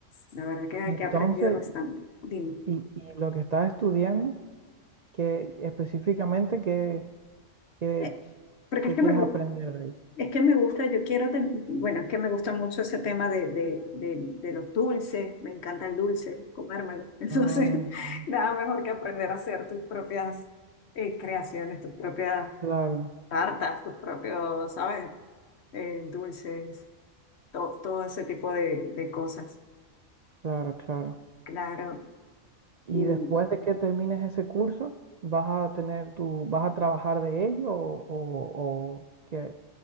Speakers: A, on the left (about 60°); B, on the right (about 55°).
A: La verdad que,
B: Y entonces,
A: que he aprendido bastante. Dime.
B: y, y lo que estás estudiando, que específicamente qué, qué-
A: Eh, porque
B: qué
A: es que
B: quieres
A: me, gu-
B: aprender de ahí.
A: es que me gusta, yo quiero, ten- bueno, es que me gusta mucho ese tema de, de, de, de los dulces, me encanta el dulce, comérmelo. <laughs> Entonces,
B: Ah, ok.
A: nada mejor que aprender a hacer tus propias eh, creaciones, tus propias
B: claro,
A: tartas, tus propios, ¿sabes? Eh, dulces, to- todo ese tipo de, de cosas.
B: claro, claro.
A: Claro.
B: Y
A: Y,
B: después de que termines ese curso, vas a tener tu, vas a trabajar de ello o, o, o qué,